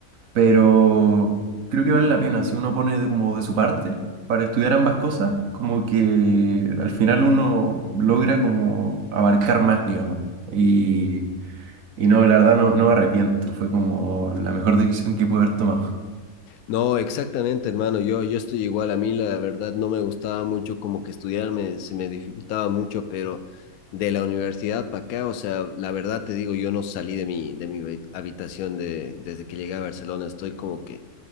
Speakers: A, on the right; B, on the left.
A: pero creo que vale la pena si uno pone de, como de su parte para estudiar ambas cosas, como que al final uno logra como abarcar más, digamos. Y, y no, la verdad no, no me arrepiento, fue como la mejor decisión que pude haber tomado.
B: No, exactamente, hermano. Yo, yo estoy igual. A mí, la verdad, no me gustaba mucho como que estudiar, me- se me dificultaba mucho, pero de la universidad para acá, o sea, la verdad te digo, yo no salí de mi, de mi ve- habitación de, desde que llegué a Barcelona. Estoy como que